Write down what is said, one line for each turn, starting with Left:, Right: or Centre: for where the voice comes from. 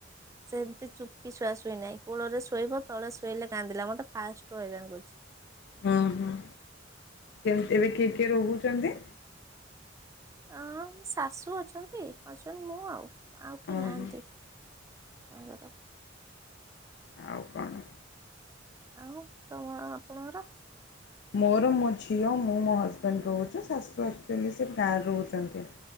Right: ସେମିତି ଚୁପକି ଛୁଆ ଶୁଇନାହିଁ। କୂଳରେ ଶୋଇବ ତଳେ ଶୋଇଲେ କାନ୍ଦିଲା ମୋଟେ ଫାଷ୍ଟ ହଇରାଣ କରଛି।
Left: ହଁ ହଁ କେମିତି ଏବେ କି କିଏ ରହୁଛନ୍ତି।
Right: ଅ ଶାଶୁ ଅଛନ୍ତି ଅଛନ୍ ମୁଁ ଆଉ। ଆଉ କିଏ
Left: ଓହୋ।
Right: ନାହାନ୍ତି। ଆଙ୍କର।
Left: ଆଉ କଣ।
Right: ଆଉ ତମ ଆପଣଙ୍କର।
Left: ମୋର ମୋ ଝିଅ ମୁଁ ମୋ ହଜବେଣ୍ଡ ରହୁଛୁ ଶାଶୁ ଏକଚଲି ସେ ଗାଁରେ ରହୁଛନ୍ତି।